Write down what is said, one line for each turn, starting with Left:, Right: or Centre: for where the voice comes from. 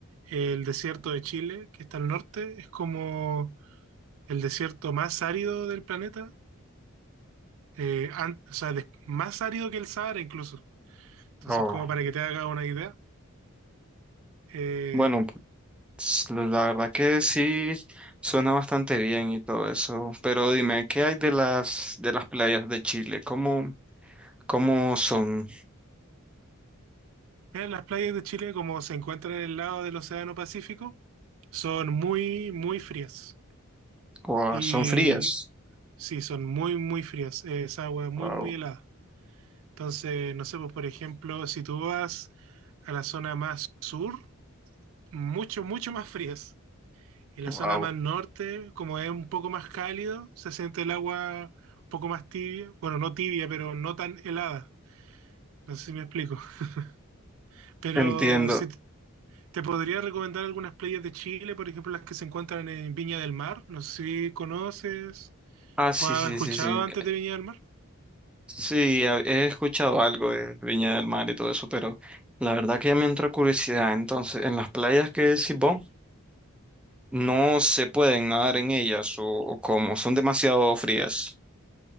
Right: el desierto de Chile, que está al norte, es como el desierto más árido del planeta, eh, an- o sea, des- más árido que el Sahara incluso. Entonces,
Centre: Oh.
Right: como para que te haga una idea, eh,
Centre: Bueno, s- La verdad que sí suena bastante bien y todo eso, pero dime, ¿qué hay de las de las playas de Chile? ¿Cómo, cómo son?
Right: mira, las playas de Chile, como se encuentran en el lado del Océano Pacífico, son muy, muy frías.
Centre: Guau,
Right: Y
Centre: ¿son frías?
Right: sí, son muy, muy frías. Eh, es agua muy,
Centre: Wow,
Right: muy helada. Entonces, no sé, pues por ejemplo, si tú vas a la zona más sur, mucho, mucho más frías. Y la
Centre: wow.
Right: zona más norte, como es un poco más cálido, se siente el agua un poco más tibia. Bueno, no tibia, pero no tan helada. No sé si me explico. <laughs> Pero
Centre: Entiendo.
Right: si t- te podría recomendar algunas playas de Chile, por ejemplo, las que se encuentran en Viña del Mar. No sé si conoces
Centre: Ah, sí,
Right: o has
Centre: sí,
Right: escuchado
Centre: sí, sí.
Right: antes de Viña del Mar.
Centre: Sí, a- he escuchado algo de Viña del Mar y todo eso, pero la verdad que ya me entró curiosidad. Entonces, en las playas que decís vos, no se pueden nadar en ellas o, o cómo, son demasiado frías.